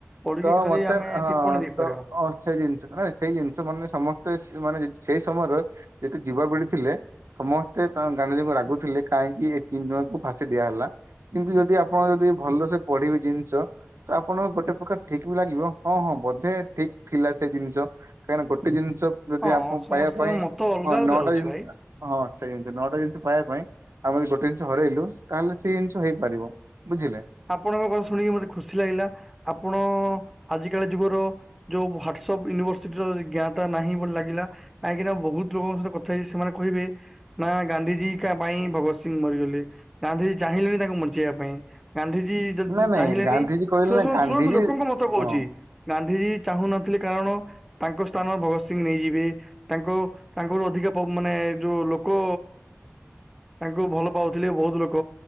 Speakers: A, in the centre; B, on the right.
A: ପଢିକି
B: ତ
A: ଖାଲି
B: ମୋତେ
A: ଆମେ
B: ହଁ
A: ଟିପ୍ପଣୀ ଦେଇପାରିବା
B: ତ ହଁ ସେହି ଜିନିଷ। ନା ସେଇ ଜିନିଷ ମାନେ ସମସ୍ତେ ମାନେ ସେଇ ସମୟରେ ଯେତେ ଯିବ ପିଢ଼ି ଥିଲେ ସମସ୍ତେ ତାଙ୍କ ଗାନ୍ଧିଜୀଙ୍କୁ ରାଗୁଥିଲେ କାହିଁକି ଏ ତିନି ଜଣଙ୍କୁ ଫାଶୀ ଦିଆହେଲା। କିନ୍ତୁ ଯଦି ଆପଣ ଯଦି ଭଲସେ ପଢିବେ ଜିନିଷ ତ ଆପଣଙ୍କୁ ଗୋଟେ ପ୍ରକାର ଠିକ ବି ଲାଗିବ ହଁ ହଁ ବୋଧେ ଠିକ ଥିଲା ସେ ଜିନିଷ କାହିଁକିନା ଗୋଟେ ଜିନିଷ ଯଦି
A: ହଁ
B: ଆପଣ
A: ସମସ୍ତଙ୍କ
B: ପାଇବା ପାଇଁ
A: ମତ ଅଲଗା
B: ହଁ
A: ଅଲଗା
B: ନଅଟା
A: ରହୁଛି
B: ଜିନିଷ
A: ଭାଇ
B: ହଁ ସେଇ ନଅଟା ଜିନିଷ ପାଇବା ପାଇଁ ଆମେ ଯଦି ଗୋଟେ ଜିନିଷ ହରେଇଲୁ ତାହେଲେ ସେଇ ଜିନିଷ ହେଇପାରିବ ବୁଝିଲେ।
A: ଆପଣଙ୍କ କଥା ଶୁଣିକି ମତେ ଖୁସି ଲାଗିଲା ଆପଣ ଆଜି କାଲି ଯୁଗର ଯୋଉ ହଟସପ୍ ୟୁନିଭର୍ସିଟିର ଜ୍ଞାତା ନାହିଁ ବୋଲି ଲାଗିଲା। କାହିଁକିନା ବୋହୁତ ଲୋକୋଙ୍କ ସହିତ କଥା ହେଇଛି ସେମାନେ କହିବେ ନା ଗାନ୍ଧିଜୀକା ପାଇଁ ଭଗତ ସିଂ ମରିଗଲେ ଗାନ୍ଧିଜୀ ଚାହିଁଲେନି ତାଙ୍କୁ ବଞ୍ଚେଇବା ପାଇଁ। ଗାନ୍ଧିଜୀ
B: ନା ନାଇଁ
A: ଚାହିଁଲେନି
B: ଗାନ୍ଧିଜୀ କହିଲେ
A: ଶୁ-ଶୁ-ଶୁଣନ୍ତୁ
B: ନା ଗାନ୍ଧିଜୀ
A: ଲୋକଙ୍କ ମତ କହୁଛି।
B: ହଁ।
A: ଗାନ୍ଧିଜୀ ଚାଁହୁନଥିଲେ କାରଣ ତାଙ୍କ ସ୍ଥାନ ଭଗତ ସିଂ ନେଇଯିବେ। ତାଙ୍କ ତାଙ୍କଠୁ ଅଧିକ ପ ମାନେ ଯୋଉ ଲୋକୋ ତାଙ୍କୁ ଭଲ ପାଉଥିଲେ ବୋହୁତ ଲୋକ